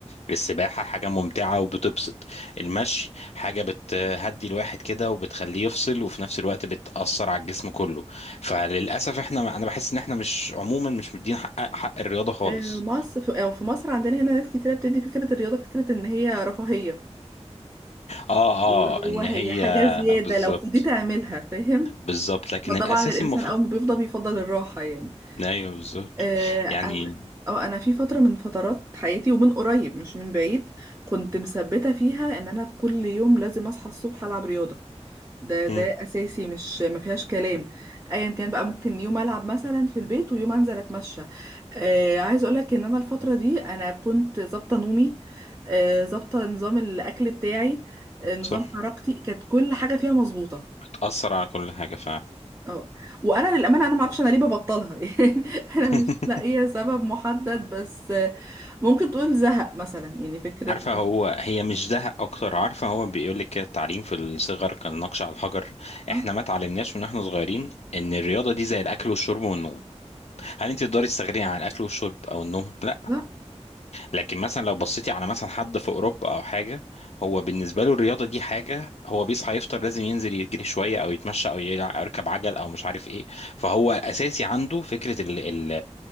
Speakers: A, on the left; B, on the right.
A: السباحة حاجة ممتعة وبتبسط المشي حاجة بتهدي الواحد كده وبتخليه يفصل وفي نفس الوقت بتأثر على الجسم كله فللأسف احنا أنا بحس إن احنا مش عموما مش مدين حق, حق الرياضة خالص
B: آه، مصر في- أو في مصر عندنا هنا ناس كتيرة بتدي فكرة الرياضة فكرة ان هي رفاهية
A: اه اه
B: اللي هو
A: إن
B: هي
A: هي
B: حاجة زيادة
A: بالظبط
B: لو فضيت اعملها فاهم
A: بالظبط لكن
B: فطبعا
A: الأساسي
B: الانسان
A: المفروض
B: اول ما بيفضى بيفضل الراحة يعني
A: أيوه بالظبط
B: آه، انا
A: يعني
B: اه انا في فتره من فترات حياتي ومن قريب مش من بعيد كنت مثبته فيها ان انا كل يوم لازم اصحى الصبح العب رياضه ده ده
A: مم،
B: اساسي مش ما فيهاش كلام ايا كان بقى ممكن يوم العب مثلا في البيت ويوم انزل اتمشى آه عايز اقولك ان انا الفتره دي انا كنت ظابطه نومي آه ظابطه نظام الاكل بتاعي آه نظام
A: صح
B: حركتي كانت كل حاجه فيها مظبوطه
A: بتأثر على كل حاجة فعلا
B: اه وانا للامانه انا ما اعرفش انا ليه ببطلها <laughs> يعني انا
A: <laughs>
B: مش لاقيه سبب محدد بس ممكن تقول زهق مثلا يعني فكره
A: عارفة
B: بس-
A: هو هي مش زهق أكتر عارفة هو بيقول لك كده التعليم في الصغر كان نقش على الحجر
B: اه
A: إحنا ما اتعلمناش ونحن صغيرين إن الرياضة دي زي الأكل والشرب والنوم هل أنت تقدري تستغني عن الأكل والشرب أو النوم؟ لا
B: لا
A: لكن مثلا لو بصيتي على مثلا حد في أوروبا أو حاجة هو بالنسبة له الرياضة دي حاجة هو بيصحى يفطر لازم ينزل يجري شوية أو يتمشى أو يلع- أو يركب عجل أو مش عارف إيه فهو أساسي عنده فكرة ال ال